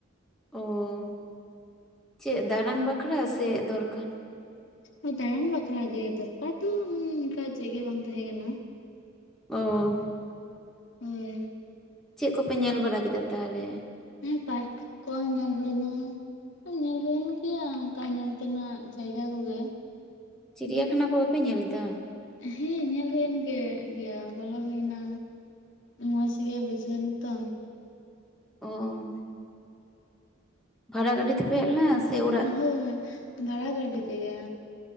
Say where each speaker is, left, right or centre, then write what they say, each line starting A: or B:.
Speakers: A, in the centre; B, on the left.
A: ᱚ ᱪᱮᱫ ᱫᱟᱨᱟᱱ ᱵᱟᱠᱨᱟ, ᱥᱮ ᱫᱚᱨᱠᱟᱨ?
B: ᱦᱳᱭ ᱫᱟᱬᱟᱱ ᱵᱟᱠᱷᱨᱟ ᱜᱮ ᱫᱚᱨᱠᱟᱨ ᱫᱚ ᱚᱱᱠᱟ ᱪᱮᱫ ᱜᱮ ᱵᱟᱝ ᱛᱟᱦᱮᱸ ᱠᱟᱱᱟ।
A: ᱚ
B: ᱦᱳᱭ
A: ᱪᱮᱫ ᱠᱚᱯᱮ ᱧᱮᱞ ᱵᱟᱲᱟ ᱠᱮᱫᱟ ᱛᱟᱦᱚᱞᱮ?
B: ᱦᱮᱸ ᱯᱟᱨᱠ ᱠᱚ ᱧᱮᱞ ᱦᱳᱭᱱᱟ ᱟ ᱧᱮᱞ ᱦᱩᱭᱮᱱ ᱜᱮᱭᱟ ᱚᱱᱠᱟ ᱧᱮᱞ ᱛᱮᱱᱟᱜ ᱡᱟᱭᱜᱟ ᱠᱚᱜᱮ
A: ᱪᱤᱨᱤᱭᱟᱠᱷᱟᱱᱟ ᱠᱚ ᱵᱟᱯᱮ ᱧᱮᱞ ᱞᱮᱫᱟ?
B: ᱦᱮᱸ ᱧᱮᱞ ᱦᱩᱭᱮᱱ ᱜᱮ ᱜᱮᱭᱟ ᱵᱚᱞᱚ ᱦᱩᱭᱱᱟ ᱢᱚᱡᱽ ᱜᱮ ᱵᱩᱡᱷᱟᱣ ᱱᱟᱛᱚ?
A: ᱚ ᱵᱷᱟᱲᱟ ᱜᱟᱹᱰᱤ ᱛᱮᱯ ᱯᱮ ᱦᱮᱡ ᱞᱮᱱᱟ ᱥᱮ ᱳ
B: ᱦᱳᱭ ᱵᱷᱟᱲᱟ ᱜᱟᱹᱰᱤ ᱛᱮᱜᱮ